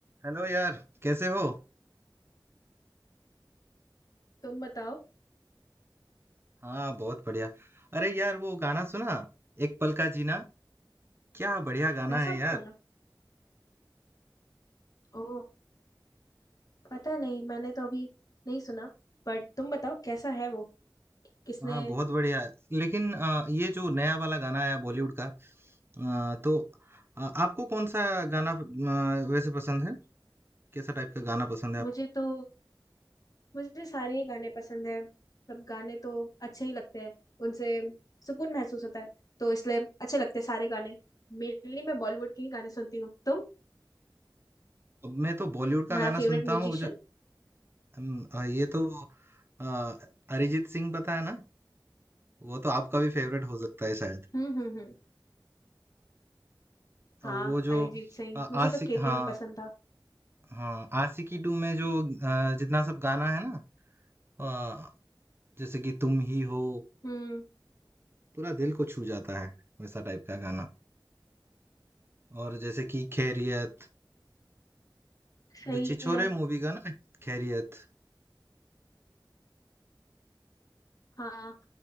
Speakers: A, on the right; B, on the left.
A: Hello यार कैसे हो
B: तुम बताओ
A: हाँ बहुत बढ़िया अरे यार वो गाना सुना एक पल का जीना क्या बढ़िया गाना
B: ऐसा
A: है
B: क्यों
A: यार
B: ना ओ पता नहीं मैंने तो अभी नहीं सुना बट तुम बताओ कैसा है वो किसने
A: हाँ बहुत बढ़िया लेकिन अ, ये जो नया वाला गाना आया बॉलीवुड का अ, तो अ, आपको कौन सा गाना अ, वैसे पसंद है कैसा टाइप का गाना पसंद है
B: मुझे
A: आपको
B: तो मुझे सारे ही गाने पसंद है सब गाने तो अच्छे ही लगते हैं उनसे सुकून महसूस होता है तो इसलिए अच्छे लगते हैं सारे गाने मेनली मैं बॉलीवुड के ही गाने सुनती हूँ तुम
A: मैं तो बॉलीवुड का
B: तुम्हारा
A: गाना
B: फेवरेट
A: सुनता
B: म्यूजिशियन
A: हूँ जो अम, अ, ये तो अ, अरिजीत सिंह पता है ना वो तो आपका भी फेवरेट हो सकता है शायद
B: हम्म हम्म हम्म
A: अ,
B: हाँ
A: वो जो
B: अरिजीत सिंह
A: अ,
B: मुझे
A: आशिक
B: तो केके
A: हाँ
B: भी पसंद था
A: हाँ आशिकी टू में जो अ, जितना सब गाना है ना अ, जैसे कि तुम ही हो
B: हम्म
A: पूरा दिल को छू जाता है वैसा टाइप का गाना और जैसे कि खैरियत
B: सही
A: जो छिछोरे
B: है
A: मूवी का ना खैरियत
B: हाँ